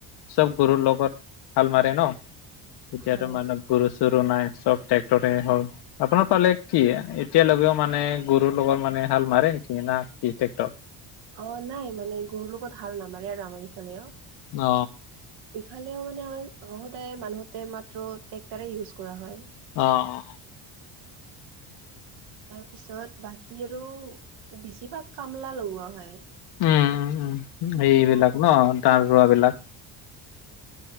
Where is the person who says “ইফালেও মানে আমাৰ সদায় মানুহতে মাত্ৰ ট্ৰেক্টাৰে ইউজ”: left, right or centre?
Right